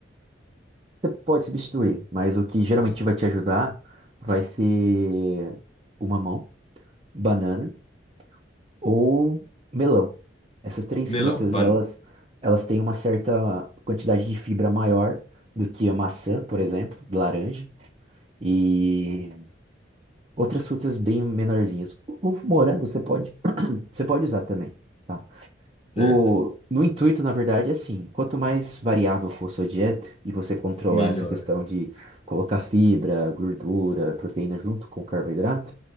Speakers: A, on the right; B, on the left.
A: Você pode substituir, mas o que geralmente vai te ajudar vai ser o mamão, banana. ou melão. Essas três
B: melão,
A: frutas,
B: ban...
A: elas, elas têm uma certa quantidade de fibra maior do que a maçã, por exemplo, laranja, e outras frutas bem menorzinhas. O, o morango você pode, você pode usar também, tá? O,
B: certo,
A: no intuito, na verdade, é assim, quanto mais variável for sua dieta e você controlar
B: melhor.
A: essa questão de colocar fibra, gordura, proteína junto com carboidrato,